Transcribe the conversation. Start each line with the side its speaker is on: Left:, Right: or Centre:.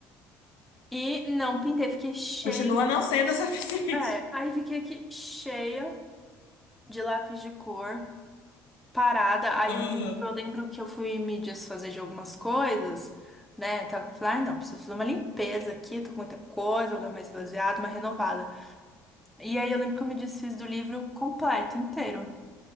Centre: E oito. E não pintei, fiquei cheia.
Left: Continua não sendo o suficiente.
Centre: É,
Left: <laughs>
Centre: aí fiquei aqui cheia de lápis de cor, parada. Aí
Left: Uhum.
Centre: o livro, eu lembro que eu fui me desfazer de algumas coisas, né? Tava falando, ai não, preciso fazer uma limpeza aqui, tô com muita coisa, vou dar uma esvaziada, uma renovada. E aí eu lembro que eu me desfiz do livro completo, inteiro.